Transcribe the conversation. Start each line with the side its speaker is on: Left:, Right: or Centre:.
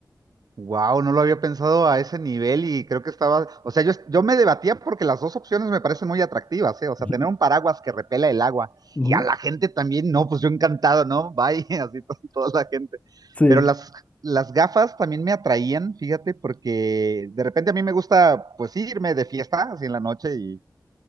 Right: Wow, no lo había pensado a ese nivel y creo que estaba, o sea, yo, yo me debatía porque las dos opciones me parecen muy atractivas, ¿eh? O sea,
Left: <laughs>
Right: tener un paraguas que repela el agua
Left: Ujú,
Right: y a la gente también, no, pues yo encantado, ¿no? Bye, <laughs> así to- toda la gente.
Left: Sí.
Right: Pero las, las gafas también me atraían, fíjate, porque de repente a mí me gusta, pues irme de fiesta, así en la noche